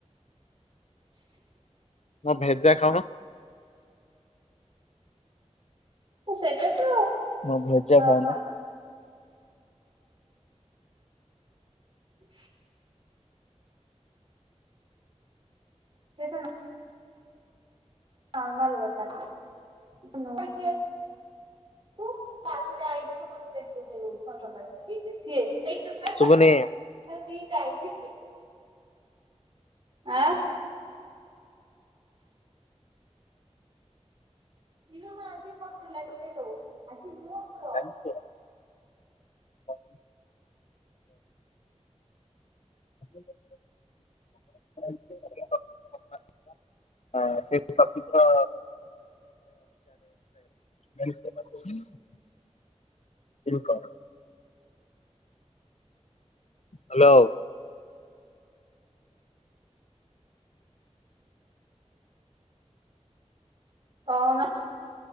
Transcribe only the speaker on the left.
ମଁ ଭେଜା ଖାଉନ?
ମୁଁ ଭଜା
ଖାଏନ?
ସୁଭୁନି।
ଜାଣିଛ। ହଁ। ଆ <inaudible> ହ ସେଇଠି ରଖିଦିଅ <unintelligible> <unintelligible> ଇଏ କଣ? ହାଲୋ।